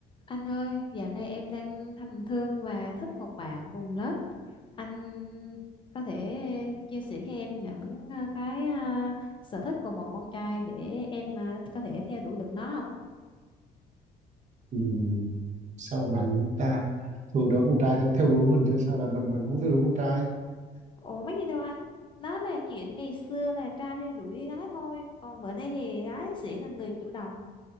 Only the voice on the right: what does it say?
Ừ. Sao bạn ta thường đỡ con trai theo theo đuổi mình chứ sao lại mình mình muốn theo đuổi con trai